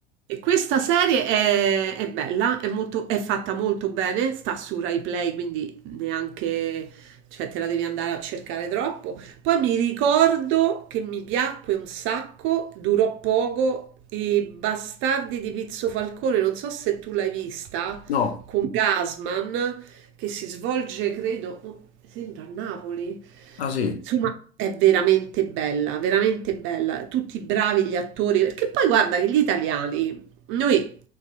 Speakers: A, on the right; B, on the left.
A: E questa serie è, è bella, è molto, è fatta molto bene, sta su Rai Play, quindi neanche, cioè te la devi andare a cercare troppo. Poi mi ricordo che mi piacque un sacco, durò poco, i Bastardi di Pizzo Falcone, non so se tu l'hai vista,
B: No,
A: con Gasman, che si svolge, credo, oh, sembra a Napoli.
B: ah sì,
A: Insomma, è veramente bella, veramente bella. Tutti bravi gli attori, perché poi guarda che gli italiani noi